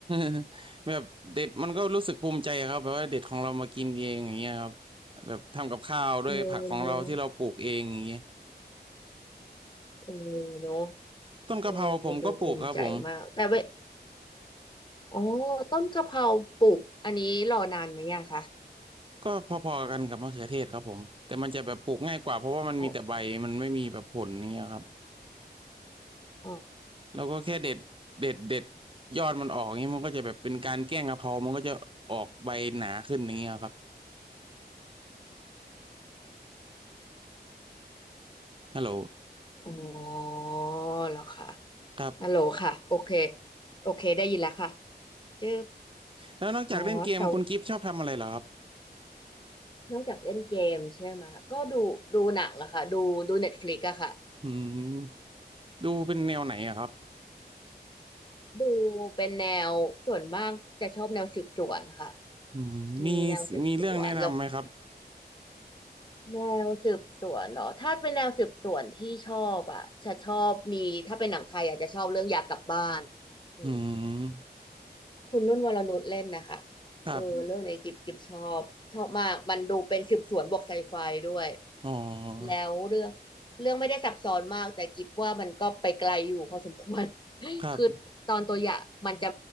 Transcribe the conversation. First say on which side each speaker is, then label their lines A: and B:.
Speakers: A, on the right (about 30°); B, on the left (about 25°).
A: <laughs> แบบเด็ดมันก็รู้สึกภูมิใจครับแบบว่าเด็ดของเรามากินเองอย่างเงี้ยครับแบบทำกับข้าวด้วยผักของเราที่เราปลูกเองอย่างเงี้ย
B: เออเนอะเออเนอะ
A: ต้นกะเพราผมก็ปลูกครับผม
B: เออมันดูภูมิใจมากแต่เวอ๋อต้นกะเพราปลูกอันนี้รอนานไหมอะคะ
A: ก็พอๆกันกับมะเขือเทศครับผมแต่มันจะแบบปลูกง่ายกว่าเพราะว่ามันมีแต่ใบมันไม่มีแบบผลเนี่ยครับ
B: อ๋ออ๋อ
A: แล้วก็แค่เด็ดเด็ดเด็ดยอดมันออกเงนี้มันก็จะแบบเป็นการแกล้งกะเพรามันก็จะออกใบหนาขึ้นอย่างเงี้ยครับฮัลโหล
B: อ๋อเหรอคะ
A: ครับ
B: ฮัลโหลค่ะโอเคโอเคได้ยินแล้วค่ะเจอ
A: แล้วนอกจากเล่นเกมคุณกิฟต์ชอบทำอะไรเหรอครับ
B: อ๋อแต่นอกจากเล่นเกมใช่ไหมก็ดูดูหนังอะค่ะดูดูเน็ตฟลิกอะค่ะ
A: อืมดูเป็นแนวไหนอะครับ
B: ดูเป็นแนวส่วนมากจะชอบแนวสืบสวนค่ะ
A: อืมมี
B: มีแนวสืบสวนแล้ว
A: มีเรื่องแนะนำไหมครับ
B: แนวสืบสวนเหรอถ้าเป็นแนวสืบสวนที่ชอบอะจะชอบมีถ้าเป็นหนังไทยอาจจะชอบเรื่องอยากกลับบ้านอืม
A: อืม
B: คุณนุ่นวรนุชเล่นนะคะ
A: ครับ
B: เออเรื่องเนี้ยกิบกิบชอบชอบมากมันดูเป็นสืบสวนบวกไซไฟด้วย
A: อ๋อ
B: แล้วเรื่องเรื่องไม่ได้ซับซ้อนมากแต่กิบว่ามันก็ไปไกลอยู่พอสมควร <laughs>
A: ครับ
B: คือตอนตัวอย่างมันจะ